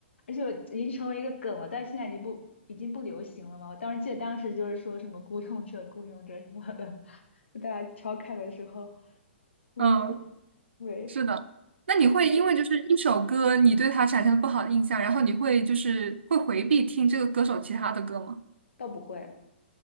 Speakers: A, on the left; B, on the right.
A: 而且我已经成为一个梗了，但是现在已经不已经不流行了嘛。我当时记得当时就是说什么“孤勇者”“孤勇者”什么的，<laughs> 大家调侃的时候就会说
B: 嗯，
A: 对，
B: 是的。那你会因为就是一首歌，
A: 但其实
B: 你对它产生了不好的印象，然后你会就是会回避听这个歌手其他的歌吗？
A: 倒不会。